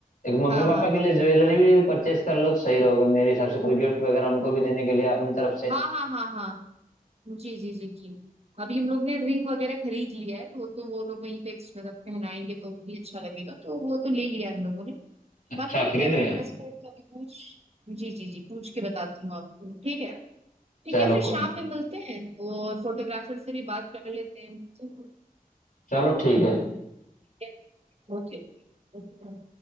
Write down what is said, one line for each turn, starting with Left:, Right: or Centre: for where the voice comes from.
Left: एक मम्मी
Right: हाँ
Left: पापा
Right: हाँ
Left: के
Right: हाँ
Left: लिए ज्वेलरी भी परचेज कर लो तो सही रहोगे मेरे हिसाब से कोई गिफ्ट वगैरह उनको भी देने के लिए अपनी तरफ
Right: हाँ
Left: से
Right: हाँ हाँ हाँ जी जी जी जी अभी हम लोग ने रिंग वगैरह खरीद लिया है वो तो वो लोग वहीं पे मतलब पहनाएंगे तो वो भी अच्छा लगेगा तो वो तो ले लिया है हम लोगों ने
Left: अच्छा
Right: बाकी ठीक
Left: खरीद
Right: है मैं
Left: लिया
Right: ड्रेस कोड का भी पूछ जी जी जी पूछ के बताती हूँ आपको ठीक है ठीक
Left: चलो
Right: है फिर
Left: कोई
Right: शाम
Left: नहीं।
Right: में मिलते हैं और फोटोग्राफर से भी बात कर लेते हैं चलो,
Left: चलो ठीक है
Right: ठीक है ओके ओके।